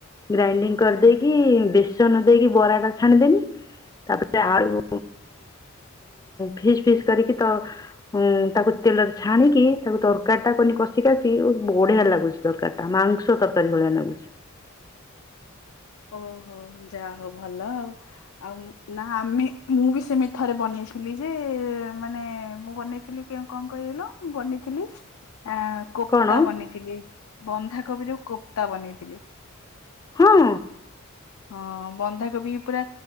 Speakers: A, on the left; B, on the left.
A: ଗ୍ରାଇଣ୍ଡିଙ୍ଗ କରିଦେଇକି ବେସନ ଦେଇକି ବରା ଟା ଛାଣିଦେନି। ତାପରେ ଆଳୁ ଫିସ୍ ଫିସ୍ କରିକି ତ ହଁ। ତାକୁ ତେଲରେ ଛାଣିକି ତାକୁ ତରକାରୀ ଟା କନି କଷି କାଷିକି ଉ ବଢିଆ ଲାଗୁଛି ତରକାରୀ ମାଂସ ତରକାରୀ ଭଳିଆ ନାଗୁଛି।
B: ଓହୋ ଯା ହଉ ଭଲ ଆଉ। ଆଉ ନା ଆମେ ମୁଁ ବି ସେମିତି ଥରେ ବନେଇଥିଲି ଯେ ମାନେ ମୁଁ ବନେଇଥିଲି କଣ କହଲ? ବନେଇଥିଲି। ଆ କୋପ୍ତା
A: କ'ଣ
B: ବନେଇଥିଲି। ବନ୍ଧାକୋବିରେ କୋପ୍ତା ବନେଇଥିଲି।
A: ହଁ।
B: ହଁ, ବନ୍ଧାକୋବି ପୁରା